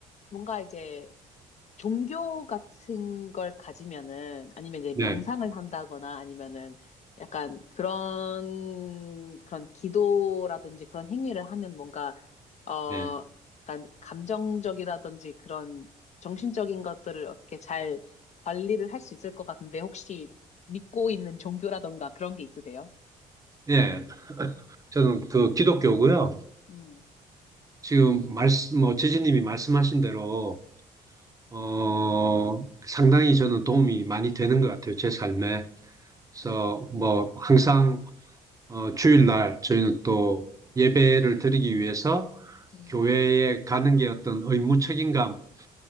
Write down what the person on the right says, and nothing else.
네,
네,
예. 저는 그 기독교고요.
지금 말씀, 뭐, 지지님이 말씀하신 대로, 어, 상당히 저는 도움이 많이 되는 것 같아요. 제 삶에.
그래서 뭐, 항상, 어, 주일날 저희는 또 예배를 드리기 위해서
교회에 가는 게 어떤 의무 책임감처럼